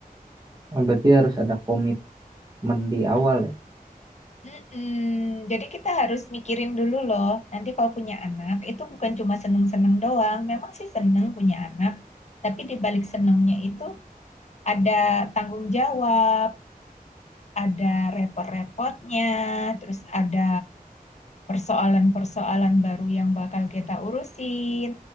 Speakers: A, on the right; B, on the left.
A: Oh, berarti harus ada komitmen di awal ya.
B: Mm-mm. Jadi kita harus mikirin dulu loh. Nanti kalau punya anak itu bukan cuma seneng-seneng doang. Memang sih seneng punya anak, tapi di balik senengnya itu ada tanggung jawab, ada repot-repotnya, terus ada persoalan-persoalan baru yang bakal kita urusin,